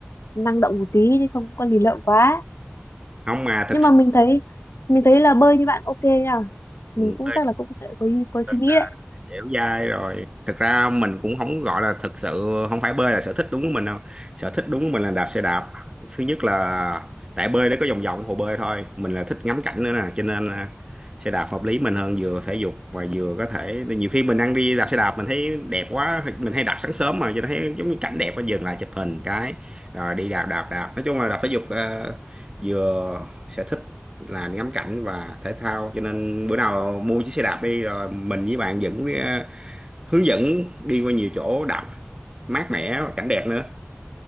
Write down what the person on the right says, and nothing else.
không mà thật
sự
ừ,
Thật
ra
dẻo dai rồi thực ra mình cũng không gọi là thực sự không phải bơi là sở thích đúng của mình đâu sở thích đúng của mình là đạp xe đạp thứ nhất là tại bơi nó có vòng vòng hồ bơi thôi mình là thích ngắm cảnh nữa nè cho nên là xe đạp hợp lý mình hơn vừa thể dục và vừa có thể nhiều khi mình đang đi đạp xe đạp mình thấy đẹp quá mình hay đạp sáng sớm mà cho nên thấy giống như cảnh đẹp quá dừng lại chụp hình cái rồi đi đạp đạp đạp nói chung là đạp thể dục ờ, vừa sở thích là ngắm cảnh và thể thao cho nên bữa nào mua chiếc xe đạp đi rồi mình với bạn dẫn ờ, hướng dẫn đi qua nhiều chỗ đạp mát mẻ cảnh đẹp nữa